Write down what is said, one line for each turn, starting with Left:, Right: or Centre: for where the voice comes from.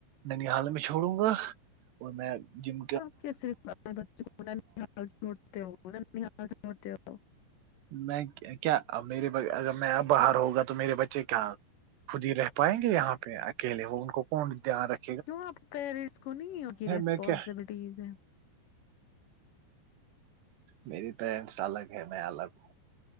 Right: ننی حال میں چھوڑوں گا اور میں جا
Left: اور کیا صرف اپنے بچوں کو ننھی حال چھوڑتے ننھی حال چھوڑتے ہو
Right: میں کیا میرے اگر میں باہر ہوگا تو میرے بچے کیا خود ہی رہ پائیں گے یہاں پہ اکیلے وہ ان کو کون دھیان رکھ
Left: کیوں آپ پیرنٹس کو نہیں کی ریسپانسبلٹیز
Right: میں کیا
Left: ہے
Right: میری پیرنٹس الگ ہے میں الگ ہوں